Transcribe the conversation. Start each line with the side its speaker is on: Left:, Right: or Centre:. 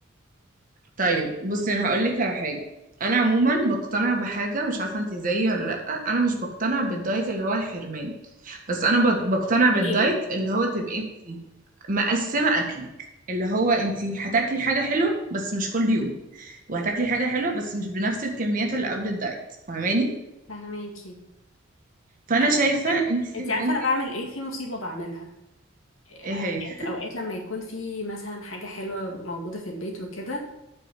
Right: طيب بصي انا هقول لك على حاجه انا عموما بقتنع بحاجه مش عارفه انت زيي ولا لا انا مش بقتنع بالدايت اللي هو الحرمان بس انا بق- بقتنع بالدايت
Left: سيم
Right: اللي هو تبقي انت مقسمه اكلك اللي هو انت هتاكلي حاجه حلوه بس مش كل يوم وهتاكلي حاجه حلوه بس مش بنفس الكميات اللي قبل الدايت فاهماني
Left: فاهماكي
Right: فانا
Left: انا
Right: شايفه
Left: ممكن
Right: انت
Left: انت
Right: ممكن
Left: عارفه انا بعمل ايه في مصيبه بعملها اوقات
Right: ايه هي
Left: اوقات لما يكون في مثلا حاجه حلوه موجوده في البيت وكده